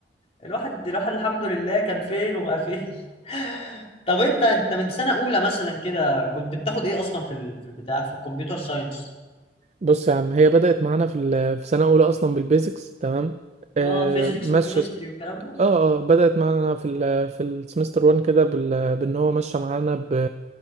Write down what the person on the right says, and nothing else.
بص يا عم هي بدأت معانا في ال- في سنة أولى أصلا بالبيزكس تمام آه،
مشت
اه اه بدأت معانا في ال في السمستر 1 كده بال- بان هو ماشيه معانا ب